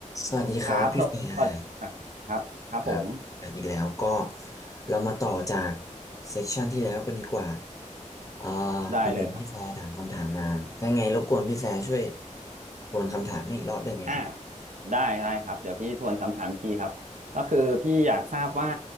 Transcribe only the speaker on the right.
ครับสวัสดีอ่ะครับครับผม
ได้เลยครับ
อ่าได้ได้ครับเดี๋ยวพี่ทวนคำถามพี่ครับก็คือพี่อยากทราบว่า